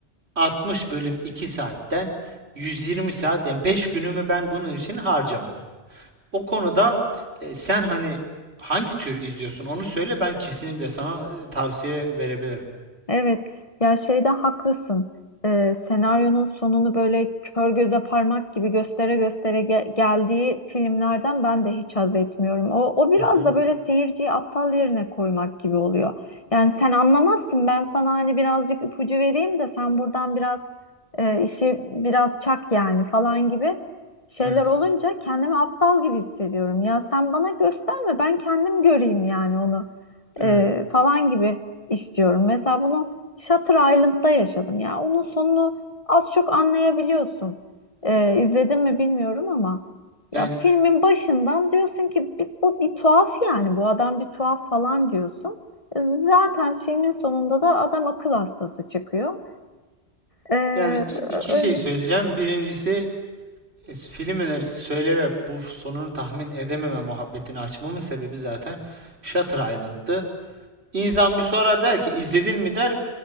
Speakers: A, on the right; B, on the left.
A: 60 bölüm 2 saatten 120 saat yani 5 günümü ben bunun için harcamam. O konuda e, sen hani hangi tür izliyorsun onu söyle ben kesinlikle sana e, tavsiye verebilirim.
B: Evet, ya şeyde haklısın. Ee, senaryonun sonunu böyle kör göze parmak gibi göstere göstere ge- geldiği filmlerden ben de hiç haz etmiyorum. O, o biraz
A: Hı hı.
B: da böyle seyirciyi aptal yerine koymak gibi oluyor. Yani sen anlamazsın ben sana hani birazcık ipucu vereyim de sen buradan biraz e, işi biraz çak yani falan gibi şeyler
A: Yani,
B: olunca kendimi aptal gibi hissediyorum. Ya sen bana gösterme ben kendim göreyim yani onu
A: yani,
B: e, falan gibi istiyorum. Mesela bunu Shutter Island'da yaşadım ya. Onun sonunu az çok anlayabiliyorsun. E, izledin mi bilmiyorum ama
A: yani,
B: ya filmin başından diyorsun ki "Bir- bu bir tuhaf yani bu adam bir tuhaf falan diyorsun. E, Zaten filmin sonunda da adam akıl hastası çıkıyor. Ee,
A: yani i- iki
B: öyle
A: şey söyleyeceğim. Birincisi e, film önerisi söyle ve bu sonunu tahmin edememe muhabbetini açmamın sebebi zaten Shutter Island'tı. İnsan bir sorar der ki izledin mi der.